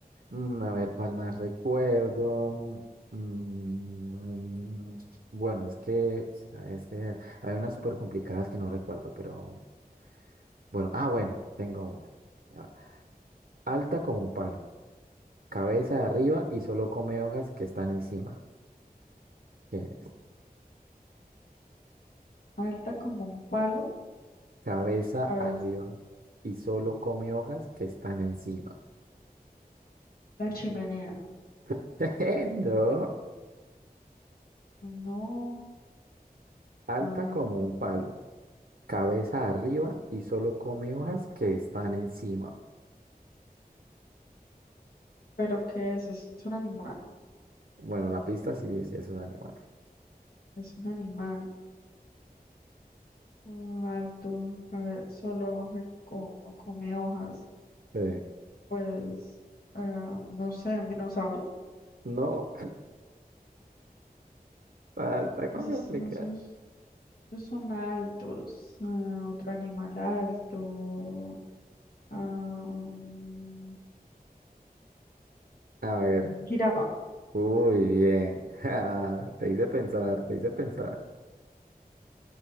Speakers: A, on the right; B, on the left.
A: Mm, a ver, ¿cuál más recuerdo? Mm, bueno, es que, es que hay unas súper complicadas que no recuerdo, pero bueno, ah, bueno, tengo una. A ver, Alta como un palo, cabeza arriba y solo come hojas que están encima. ¿Qué es?
B: Alta como un palo,
A: Cabeza
B: a ver,
A: arriba y solo come hojas que están encima.
B: la chimenea.
A: <laughs> No,
B: No,
A: alta
B: ah,
A: como un palo, cabeza arriba y solo come hojas que están encima.
B: pero ¿qué es? Es un animal,
A: Bueno, la pista sí, sí es un animal.
B: es un animal. Mm, Alto, a ver, solo hoja- co- come hojas.
A: Sí.
B: Pues, ah, no sé, un dinosaurio.
A: No, <laughs> falta complicar.
B: Pues es- esos, esos son altos. ah, otro animal alto. ah, un-
A: A ver,
B: un jirafa.
A: uy, bien. <laughs> Ah, Te hice pensar, te hice pensar.